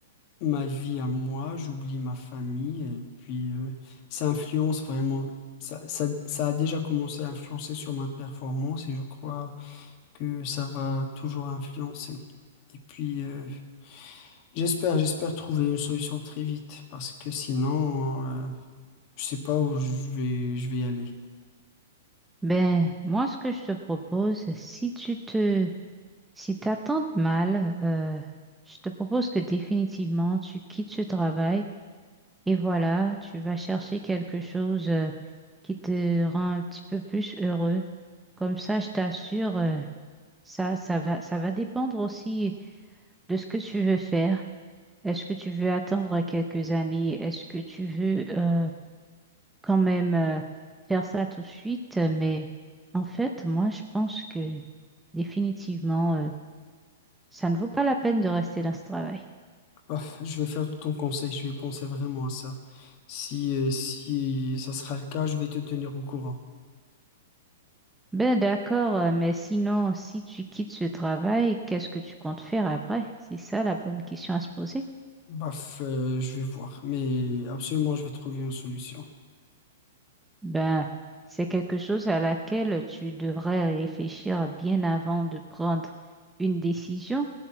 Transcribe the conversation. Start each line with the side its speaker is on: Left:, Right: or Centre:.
Left: ma vie à moi, j'oublie ma famille et puis euh, ça influence vraiment, ça, ça, ça a déjà commencé à influencer sur ma performance et je crois que ça va toujours influencer. Et puis euh, j'espère, j'espère trouver une solution très vite parce que sinon, euh, je sais pas où je vais, je vais aller.
Centre: Ben, moi, ce que je te propose, si tu te, si t'attends mal, euh, je te propose que définitivement tu quittes ce travail et voilà, tu vas chercher quelque chose, euh, qui te rend un petit peu plus heureux. Comme ça, je t'assure, euh, ça, ça va, ça va dépendre aussi de ce que tu veux faire. Est-ce que tu veux attendre quelques années? Est-ce que tu veux euh, quand même euh, faire ça tout de suite? Mais en fait, moi, je pense que définitivement, euh, ça ne vaut pas la peine de rester dans ce travail.
Left: Ah, je vais faire ton conseil, je vais penser vraiment à ça. Si, euh, si ça sera le cas, je vais te tenir au courant.
Centre: Ben d'accord, euh, mais sinon, si tu quittes ce travail, qu'est-ce que tu comptes faire après? C'est ça la bonne question à se poser.
Left: Baf, euh, je vais voir, mais absolument, je vais trouver une solution.
Centre: Ben, c'est quelque chose à laquelle tu devrais réfléchir bien avant de prendre une décision.